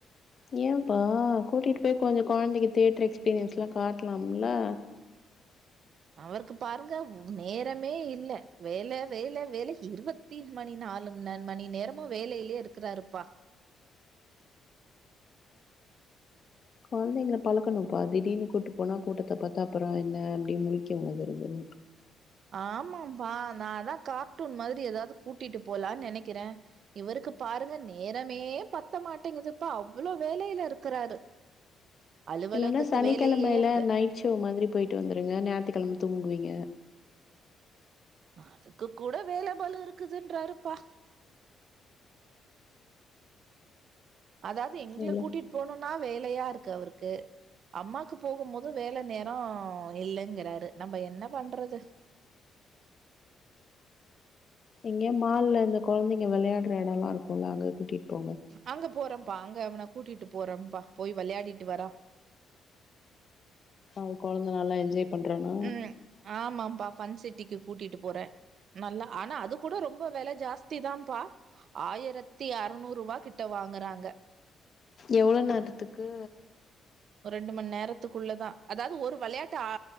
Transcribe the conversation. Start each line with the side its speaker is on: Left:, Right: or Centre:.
Left: ஏம்பா கூட்டிட்டு போய் கொஞ்சோ கொழந்தைக்கு தேட்டர் எக்ஸ்பீரியன்ஸ்லா காட்லாம்ல
Right: அவருக்கு பாருங்க நேரமே இல்ல வேல வேல வேல இருவத் த்தீஸ் மணி நாலும் மணி நேரமு வேலையிலே இருக்குறாருப்பா
Left: கொழந்திங்க பழக்கணும்ப்பா திடீனு கூட்டு போனா கூட்டத்த பாத்தா அப்புறோ என்ன அப்டி முழிக்கு அது ஒருமாரி
Right: ஆமாம்பா நா அதா கார்ட்டூன் மாதிரி எதாவ்து கூட்டிட்டு போலான் நெனைக்கிறே இவருக்கு பாருங்க நேரமே பத்த மாட்டேங்கதுப்பா அவ்வளோ வேலைல இருக்கிறாரு அலுவலகத்து
Left: இல்லன்னா சனிக்கெழமையில
Right: வேலையே இருக்கு.
Left: நைட் சிவ் மாதிரி போயிட்டு வந்துருங்க ஞாயித்துக்கிழம தூங்குவீங்க
Right: அதுக்கு கூட வேல பலு இருக்குதுன்றாருப்பா அதாவ்து எங்கள
Left: இல்ல
Right: கூட்டிட்டு போனும்ன்னா வேலையா இருக்கு அவருக்கு அம்மாக்கு போகும் போது வேல நேரோ இல்லங்கறாரு நம்ம என்ன பண்றது
Left: எங்கேயாவது மால்ல இந்த கொழந்தைங்க வெளையாட்ற எடலா இருக்குல்ல அங்க கூட்டிட்டு போங்க
Right: அங்க போறோம்ப்பா அங்க அவனா கூட்டிட்டு போறேன்ப்பா போயி விளையாடிட்டு வரோ
Left: அவுங்க கொழந்தை நல்லா என்ஜாய் பண்றான்னா
Right: ம் ஆமாப்பா ஃபன் சிட்டிக்கி கூட்டிட்டு போறே நல்ல ஆனா அது கூட ரொம்ப வெல ஜாஸ்தி தான்ப்பா ஆயிரத்தி அறுநூறுவா கிட்ட வாங்கறாங்க
Left: எவ்ளோ நேரத்துக்கு
Right: ஒரு ரெண்டு மண் நேரத்துக்குள்ளதா அதாவ்து ஒரு வெளயாட்டு ஆ